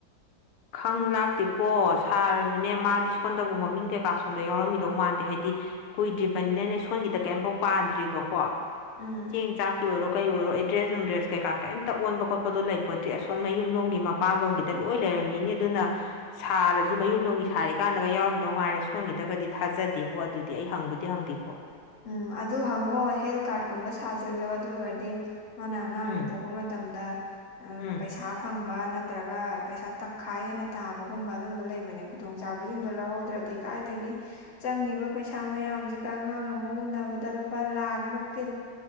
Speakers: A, on the left (about 85°); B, on the left (about 50°).
A: ꯈꯪ ꯂꯥꯛꯇꯦꯀꯣ ꯁꯥꯔꯁꯨꯅꯦ ꯃꯥꯗꯤ ꯁꯣꯟꯗꯕꯨ ꯃꯃꯤꯡ ꯀꯩꯀꯥ ꯁꯣꯟꯗ ꯌꯥꯎꯔꯝꯒꯤꯗꯧ ꯃꯥꯟꯗꯦ ꯍꯥꯏꯗꯤ ꯀꯨꯏꯗ꯭ꯔꯤꯕꯅꯤꯅꯅꯦ ꯁꯣꯟꯒꯤꯗ ꯀꯔꯤꯝꯐꯥꯎ ꯄꯥꯟꯗ꯭ꯔꯤꯕꯀꯣ
B: ꯎꯝ
A: ꯆꯦꯡ ꯆꯥꯛꯀꯤ ꯑꯣꯏꯔꯣ ꯀꯩ ꯑꯣꯏꯔꯣ ꯑꯦꯗ꯭ꯔꯦꯁ ꯅꯨꯡꯗ꯭ꯔꯦꯁ ꯀꯩꯀꯥ ꯀꯩꯝꯇ ꯑꯣꯟꯕ ꯈꯣꯠꯄꯗꯣ ꯂꯩ ꯄꯣꯠꯇ꯭ꯔꯦ ꯑꯁꯣꯟ ꯃꯌꯨꯝ ꯂꯣꯝꯒꯤ ꯃꯄꯥꯟꯂꯣꯝꯒꯤꯗ ꯂꯣꯏ ꯂꯩꯔꯝ ꯃꯤꯅꯤ ꯑꯗꯨꯅ ꯁꯥꯔꯁꯨ ꯃꯌꯨꯝꯂꯣꯝꯒꯤ ꯁꯥꯔꯤꯀꯥꯟꯗꯒ ꯌꯥꯎꯔꯝꯗꯧ ꯉꯥꯏꯔꯦ ꯁꯣꯟꯈꯤꯗ꯭ꯔꯒꯗꯤ ꯊꯥꯖꯗꯦꯕꯣ ꯑꯗꯨꯗꯤ ꯑꯩ ꯍꯪꯕꯨꯗꯤ ꯍꯪꯒꯦꯀꯣ
B: ꯎꯝ ꯑꯗꯨ ꯍꯪꯉꯣ ꯍꯦꯜ ꯀꯥꯔꯠꯀꯨꯝꯕ ꯁꯥꯖꯤꯜꯂꯣ ꯑꯗꯨ ꯑꯣꯏꯔꯗꯤ ꯃꯥꯅ ꯑꯉꯥꯡ
A: ꯎꯝ
B: ꯄꯣꯛꯄ ꯃꯇꯝꯗ
A: ꯎꯝ
B: ꯄꯩꯁꯥ ꯐꯪꯕ ꯅꯠꯇ꯭ꯔꯒ ꯄꯩꯁ ꯇꯪꯈꯥꯏ ꯍꯦꯟꯅ ꯇꯥꯕꯒꯨꯝꯕ ꯑꯗꯨꯒꯨꯝꯕ ꯂꯩꯕꯅꯦ ꯈꯨꯗꯣꯡꯆꯥꯕꯁꯤꯡꯗꯣ ꯂꯧꯍꯧꯗ꯭ꯔꯗꯤ ꯀꯥꯏꯗꯒꯤ ꯆꯪꯉꯤꯕ ꯄꯩꯁꯥ ꯃꯌꯥꯝꯁꯤꯒ ꯑꯉꯥꯡ ꯑꯃ ꯎꯅꯕꯗ ꯂꯨꯄꯥ ꯂꯥꯛ ꯃꯨꯛꯇꯤ ꯑ